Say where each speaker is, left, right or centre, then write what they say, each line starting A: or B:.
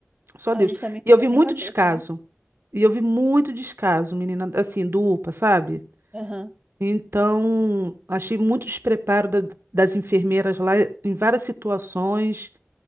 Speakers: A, on the right (about 55°); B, on the right (about 20°).
A: só
B: A
A: Deus.
B: gente também fica
A: E eu vi
B: sem
A: muito
B: cabeça,
A: descaso.
B: né?
A: E eu vi muito descaso, menina, assim, do UPA, sabe?
B: Aham.
A: Então, achei muito despreparo da- das enfermeiras lá em várias situações.